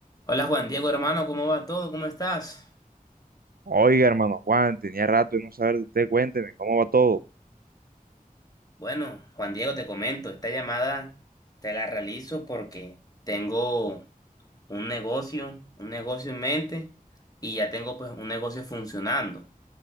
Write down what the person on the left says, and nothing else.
Hola Juan Diego, hermano, ¿cómo va todo? ¿Cómo estás?
Bueno, Juan Diego, te comento, esta llamada te la realizo porque tengo un negocio, un negocio en mente y ya tengo pues un negocio funcionando.